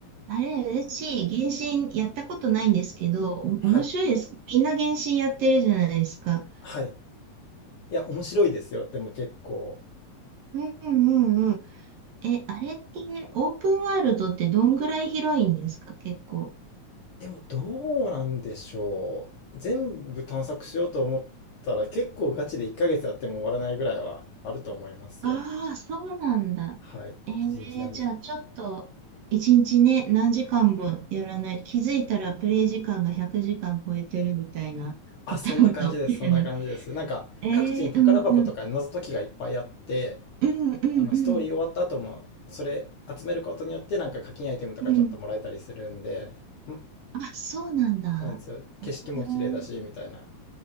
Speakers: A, on the right; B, on the left.
A: あれ嬉し原神やったことないんですけど、お面白いです。
B: はい。
A: みんな原神やってるじゃないですか。
B: はい。いや、面白いですよ。でも結構。
A: うんうんうん。え、あれってオープンワールドってどんぐらい広いんですか結構。
B: でもどうなんでしょう。全部探索しようと思ったら結構ガチで1ヶ月やっても終わらないぐらいはあると思いますよ。
A: ああ、そうなんだ。
B: はい。
A: えー、
B: 一日何時。
A: じゃあちょっと、一日ね、何時間もやらない。気づいたらプレイ時間が100時間超えてるみたいなパターンかもしれない。
B: あ、そんな感じです。そんな感じです。なんか、
A: <laughs> えー、
B: 各地に宝箱とか謎解きがいっぱいあって、
A: うんうん。うんうんうん。
B: あの、ストーリー終わった後も、それ集めることによって、なんか課金アイテムとかちょっともらえたりするんで、
A: うん。
B: ん
A: あ、そうなんだ。
B: そうなんですよ。景色も綺麗だし、
A: えー
B: みたいな。